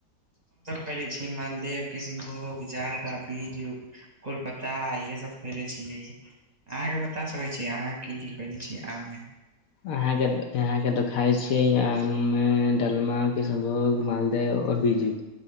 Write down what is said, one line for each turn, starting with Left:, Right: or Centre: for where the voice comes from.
Right: खइले छी मालदेव किशनभोग जारदा बीजू कोलपता इे सब खैले छिय अहाँके बता कहै छै अहाँ की की खैले छीये आम मे
Left: आहाँ के आहाँ के त खाय छियै आम म डलमा किशभोग मालदेव बीजू